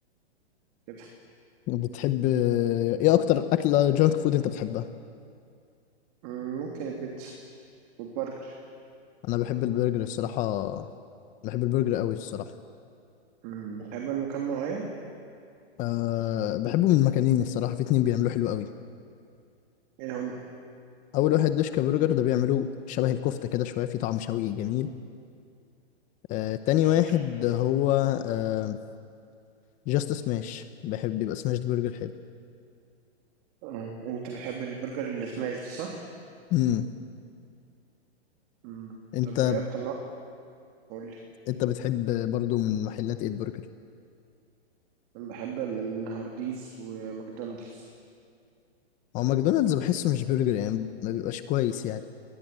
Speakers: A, on the right; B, on the left.
A: كده
B: بتحب ايه اكتر اكلة جانك فود انت بتحبها
A: مم، ممكن البيتزا والبرجر
B: انا بحب البرجر الصراحة بحب البرجر قوي الصراحة
A: مم، بتحب مكان معين
B: أه بحبه من مكانين الصراحة في اتنين بيعملوه حلو قوي
A: ايه هم
B: اول واحد دوشكا برجر ده بيعملوه شبه الكفته كده شويه في طعم شوي جميل آه تاني
A: طب حلو
B: واحد هو آه جاست سماش بحب يبقى سماش برجر حلو
A: آه، انت بتحب البرجر اللي سماش ده صح
B: امم
A: مم.
B: انت
A: طب ايه اكتر نوع قول لي
B: انت بتحب برضو من محلات ايه البرجر
A: انا بحب من هارديز وماكدونالدز
B: هو ماكدونالدز بحسه مش برجر يعني ما بيبقاش كويس يعني